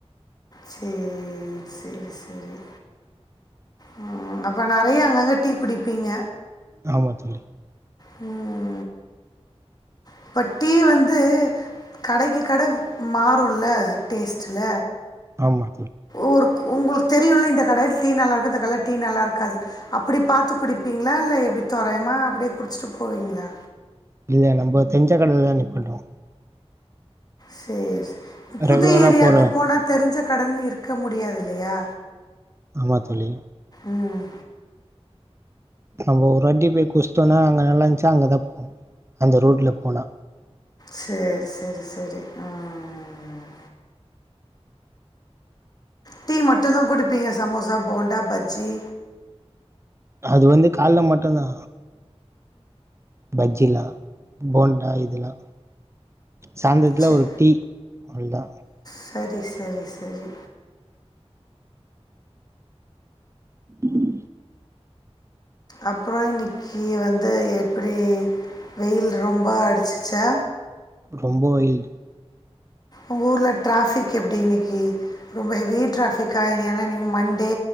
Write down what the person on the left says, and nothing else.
சேரி சேரி சேரி அ அப்போ நறைய அங்கங்கே டீ குடிப்பீங்க
ம் இப்ப டீ வந்து கடைக்கு கட மாறுல டேஸ்ட்டுல
ஒரு க் உங்களுக்கு தெரியுல்ல இந்த கடையில டீ நல்லா இருக்கு இந்த கடயில டீ நல்லா இருக்காது அப்படி பாத்து குடி ப்பிங்களா இல்ல எப்டி தோறையமா அப்படே குடிச்சிட்டு போவீங்களா
சேரி புது
ஏரியாக்கு
போனா தெரிஞ்ச கடனு இருக்க முடியாது இல்லையா
ம்
சேரி சேரி சேரி ம் ம் டீ மட்டுதா குடுப்பீங்க சமோசா போண்டா பஜ்ஜி
ச
சரி சரி சரி
அப்றோ இன்னைக்கு வந்து எப்டி வெயில் ரொம்ப அடிச்சிச்சா
ஒங்கூர்ல ட்ராபிக் எப்டி இன்னைக்கி ரொம்ப ஹெவி ட்ராபிக்கா இல்ல ஏனா இன்னைக்கு மண்டே